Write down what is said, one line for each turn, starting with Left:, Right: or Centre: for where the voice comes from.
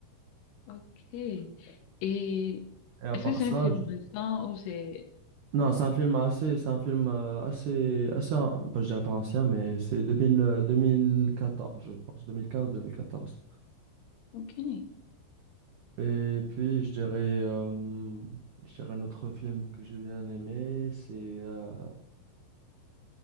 Left: Ok. Et
Right: Et à
Left: est-ce
Right: part
Left: que c'est
Right: ça,
Left: un film
Right: je
Left: récent ou c'est...
Right: Non, c'est un film assez, c'est un film euh, assez, assez, an- bah, je dirais pas ancien, mais c'est 2000, euh, 2014, je pense, 2015-2014.
Left: Ok. <laughs>
Right: Et puis, je dirais, euh, je dirais un autre film que j'ai bien aimé, c'est, euh,